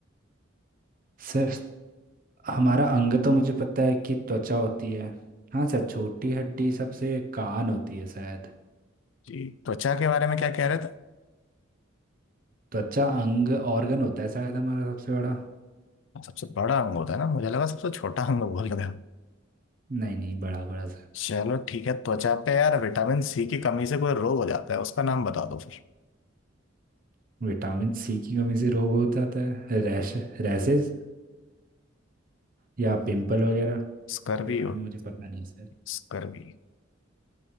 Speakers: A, on the right; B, on the left.
A: सर हमारा अंग तो मुझे पता है कि त्वचा होती है हाँ सर छोटी हड्डी सबसे कान होती है शायद
B: जी त्वचा के बारे में क्या कह रहे थे
A: त्वचा अंग ऑर्गन होता है शायद हमारा सबसे बड़ा
B: सबसे बड़ा अंग होता है ना मुझे लगा सबसे छोटा अंग बोल रहे हो
A: नहीं नहीं बड़ा बड़ा सर
B: <laughs> चलो ठीक है त्वचा पे यार विटामिन सी की कमी से कोई रोग हो जाता है उसका नाम बता दो फिर
A: विटामिन सी की कमी से रोग हो जाता है रैश रैशेज या पिंपल वगैरह
B: स्कर्वी
A: इसके बारे
B: हो
A: में मुझे पता नहीं सर
B: स्कर्वी